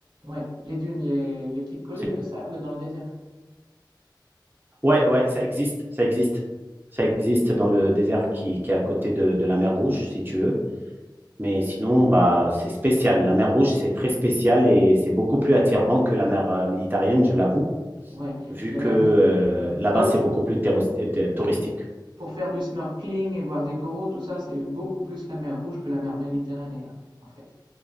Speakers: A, on the right; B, on the right.
A: Ouais, les dunes, les les petites collines
B: C'est cool.
A: de sable dans le désert?
B: Ouais, ouais, ça existe. Ça existe. Ça existe dans le désert qui, qui est à côté de, de la mer Rouge, si tu veux. Mais sinon, bah, c'est spécial. La mer Rouge, c'est très spécial et c'est beaucoup plus attirant que la mer euh, Méditerranée, je l'avoue,
A: Ouais,
B: vu
A: la
B: que
A: mer
B: euh, là-bas,
A: donc
B: c'est beaucoup plus terros- euh, touristique.
A: pour faire du snorkeling et voir des coraux, tout ça, c'est beaucoup plus la mer Rouge que la mer Méditerranée, hein, en fait.